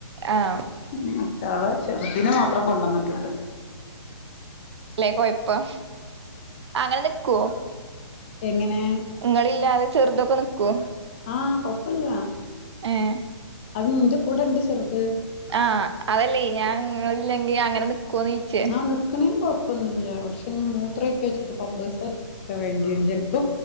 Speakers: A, on the right (about 65°); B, on the left (about 25°).
A: ആഹ്
B: ഉ മറ്റയാള് ചെറുതിനെ മാത്രം കൊണ്ടു വന്നിട്ടുണ്ട്.
A: അല്ലേ കൊഴപ്പം അങ്ങനെ നിക്കുവോ?
B: എങ്ങനെ?
A: ഇങ്ങളില്ലാതെ ചെറുതൊക്കെ നിക്കൂ.
B: ആഹ് കൊപ്പല്ല.
A: ഏഹ്.
B: അവ ന്റെ കൂടെ ഉണ്ട് ചെറുത്.
A: ആഹ് അതല്ലേ ഞാൻ. നിങ്ങൾ ഇല്ലെങ്കിൽ അങ്ങനെ നിക്കോന്ന് ചോയിച്ചേ
B: ആഹ് നിക്കണേയിന് കൊ പ്പോന്നുല്ല പക്ഷേ ഇനി മൂത്ര ഒയിക്കോ വെച്ചിട്ട് പമ്പേഴ്സ് ഒക്കെ വേണ്ടി വെരും ചിലപ്പോ.